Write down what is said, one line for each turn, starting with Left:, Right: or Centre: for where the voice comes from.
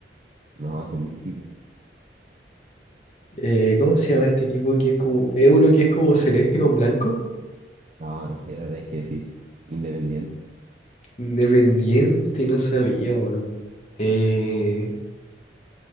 Right: No, ese es muy chico.
Left: Eh, ¿cómo se llama este equipo que es como... Es uno que es como celeste con blanco?
Right: No, no, la verdad es que decir. Independiente.
Left: Independiente, no sabía, weón. Eh,